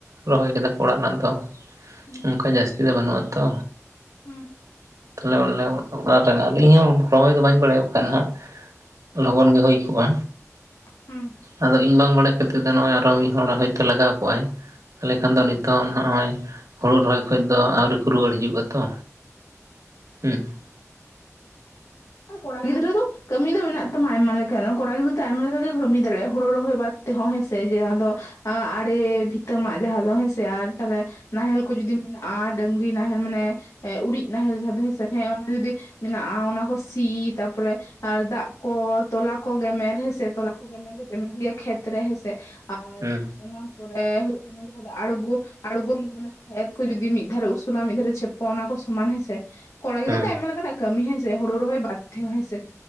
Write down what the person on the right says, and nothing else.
ᱨᱚᱦᱚᱭ ᱠᱮᱫᱟ ᱠᱚ ᱚᱲᱟᱜ ᱨᱮᱱᱟᱜ ᱫᱚ᱾
ᱚᱱᱠᱟ ᱡᱟᱹᱥᱛᱤ ᱫᱚ ᱵᱟᱹᱱᱩᱜᱼᱟ ᱛᱚ᱾
ᱛᱷᱟᱞᱮ ᱚᱱᱮ ᱚᱱᱟ <unintelligible> ᱴᱟᱭᱮᱢ ᱟᱨ ᱤᱧᱦᱚᱸ ᱨᱚᱦᱚᱭ ᱫᱚ ᱵᱟᱹᱧ ᱵᱟᱲᱟᱭᱟ᱾ ᱵᱟᱠᱷᱟᱱ ᱦᱟᱸᱜ ᱞᱚᱜᱚᱱ ᱜᱮ ᱦᱩᱭ ᱠᱚᱜᱼᱟ᱾
ᱟᱫᱚ ᱤᱧ ᱵᱟᱝ ᱵᱟᱲᱟᱭ ᱠᱷᱟᱹᱛᱤᱨ ᱛᱮ, ᱱᱚᱜᱼᱚᱭ ᱟᱨᱚ ᱢᱤᱫ ᱦᱚᱲ ᱦᱚᱭᱛᱳ ᱞᱟᱜᱟᱣ ᱠᱚᱜᱼᱟᱭ᱾ ᱛᱟᱦᱚᱞᱮ ᱠᱷᱟᱱ ᱫᱚ
ᱱᱤᱛᱚᱜ ᱱᱚᱜᱼᱚᱭ, ᱦᱩᱲᱩ ᱨᱚᱦᱚᱭ ᱠᱷᱚᱡ ᱫᱚ ᱟᱹᱣᱨᱤ ᱠᱚ ᱨᱩᱣᱟᱹᱲ ᱦᱤᱡᱩᱜᱼᱟ ᱛᱚ᱾ ᱦᱩᱸ᱾
ᱦᱮᱸ
ᱦᱮᱸ